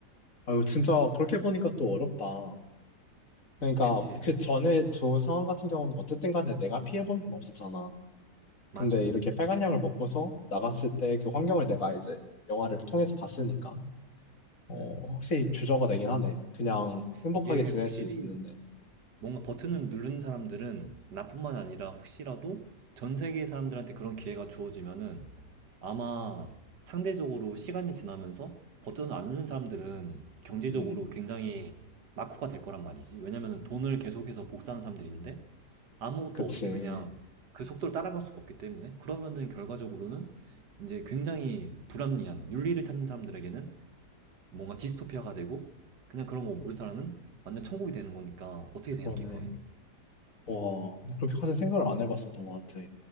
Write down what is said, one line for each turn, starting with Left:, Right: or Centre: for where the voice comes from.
Left: 아유, 진짜 그렇게 보니까 또 어렵다. 그러니까
Right: 그치.
Left: 그 전에 두 상황 같은 경우는 어쨌든 간에 내가 피해본 건 없었잖아.
Right: 맞아.
Left: 근데 이렇게 빨간약을 먹고서 나갔을 때 그 환경을 내가 이제 영화를 통해서 봤으니까 어,
Right: 음.
Left: 확실히 주저가 되긴 하네. 그냥 행복하게
Right: 이게
Left: 지낼
Right: 확실히
Left: 수 있었는데.
Right: 뭔가 버튼을 누른 사람들은 나뿐만 아니라 혹시라도 전 세계 사람들한테 그런 기회가 주어지면은 아마 상대적으로 시간이 지나면서 버튼을 안 누른 사람들은 경제적으로
Left: 음,
Right: 굉장히 낙후가 될 거란 말이지. 왜냐면은 돈을 계속해서 복사하는 사람들인데 아무것도
Left: 그치.
Right: 없이 그냥 그 속도를 따라갈 수가 없기 때문에 그러면은 결과적으로는 이제 굉장히 불합리한 윤리를 찾는 사람들에게는 뭔가 디스토피아가 되고 그냥 그런 거 모르는 사람은 완전 천국이 되는 거니까 어떻게 생각해
Left: 그러네.
Right: 그거는?
Left: 와, 그렇게까지 생각을 안 해봤었던 것 같아.